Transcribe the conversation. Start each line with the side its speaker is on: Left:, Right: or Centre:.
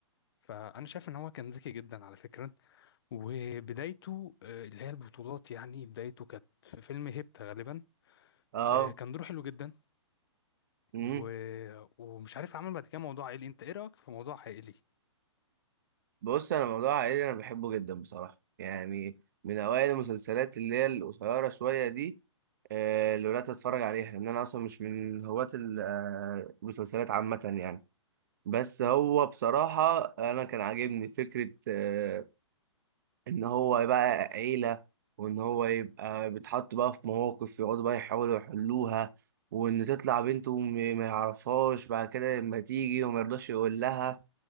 Left: فانا شايف ان هو كان ذكي جدا على فكرة وبدايته آه، اللي هي البطولات يعني بدايته كانت في فيلم هيبتا غالبا
Right: اه
Left: آه، كان دوره حلو جدا
Right: امم
Left: و... ومش عارف عمل بعد كده موضوع عائلي انت ايه رايك في موضوع عائلي
Right: بص انا موضوع عائلي انا بحبه جدا بصراحه يعني من اوائل المسلسلات اللي هي القصيره شويه دي آه، اللي بدات اتفرج عليها لان انا اصلا مش من هواة ال- آه، المسلسلات عامه يعني بس هو بصراحه انا كان عاجبني فكره آه، ان هو يبقى عيلة وان هو يبقى بيتحط بقى في مواقف يقعدوا بقى يحاولوا يحلوها وان تطلع بنته م- ما يعرفهاش بعد كده لما تيجي وما يرضاش يقول لها